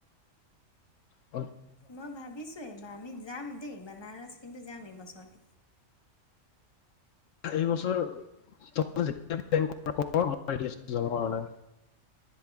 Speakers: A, on the left (about 75°); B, on the left (about 20°).
A: অ
B: মই ভাবিছো এইবাৰ আমি যাম দেই বানাৰস কিন্তু যাম এইবছৰ
A: এই বছৰ <unintelligible> আইডিয়াচ যাব কাৰণে